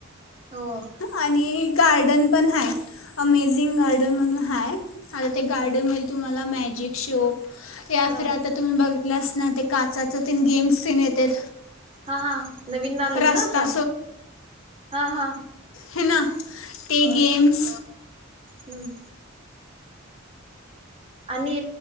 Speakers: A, on the right; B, on the left.
A: हो.
B: आणि गार्डन पण आहे. अमेझिंग गार्डन म्हणून हाय आता ते गार्डन
A: हा
B: मध तुम्हाला मॅजिक शोप या
A: हा
B: फिर आता तुम्ही बघितलं अस ना ते काचाच तीन गेम्स सीन येतात.
A: हा -हा नवीन नालेत
B: रस्ता
A: ना आता हा- हा.
B: ही ना ते
A: बर
B: गेम्स.
A: हम्म. आणि